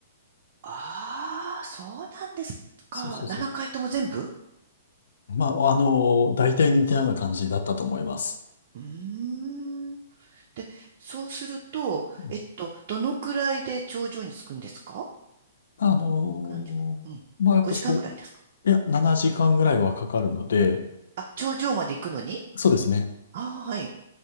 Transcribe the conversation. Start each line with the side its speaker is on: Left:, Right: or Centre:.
Right: ああ、そうなんですか。
Left: そうそうそう。
Right: 7回とも全部
Left: まあ、あの大体似たような感じだったと思います。
Right: うーん。で、そうすると、
Left: うん
Right: えっと、どのくらいで頂上に着くんですか
Left: あのーまあやっぱそ
Right: 何時間うん。5時間ぐらいですか
Left: う、いや、7時間ぐらいはかかるので、
Right: あ、頂上まで行くのに
Left: そうですね。
Right: ああはい。